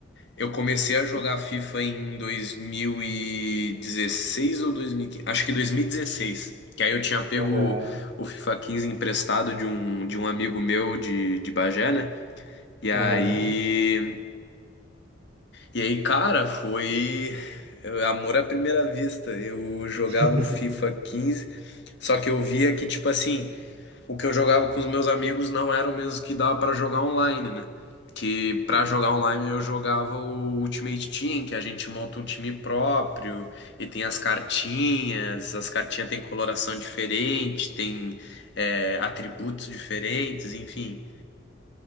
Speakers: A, on the left; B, on the right.
A: Eu comecei a jogar FIFA em 2016 ou 2015? Acho que dois mil e dezesseis Que aí eu tinha pego
B: Aham.
A: o FIFA quinze emprestado de um, de um amigo meu de, de Bagé, né? E aí.
B: Aham.
A: E aí, cara, foi. Amor à primeira vista. Eu jogava
B: <laughs>
A: o FIFA quinze só que eu via que, tipo assim. o que eu jogava com os meus amigos não era o mesmo que dava pra jogar online, né? Que pra
B: Uhum.
A: jogar online eu jogava o Ultimate Team, que a gente monta um time próprio e tem as cartinhas, as cartinhas têm coloração diferente, tem é, atributos diferentes, enfim.